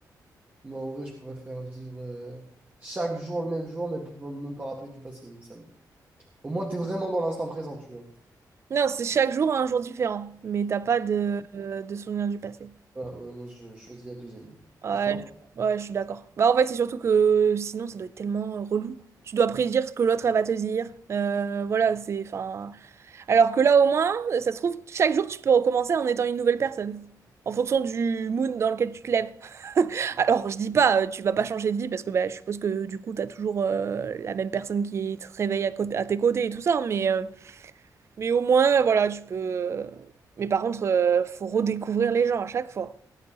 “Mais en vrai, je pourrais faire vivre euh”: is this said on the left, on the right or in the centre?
Right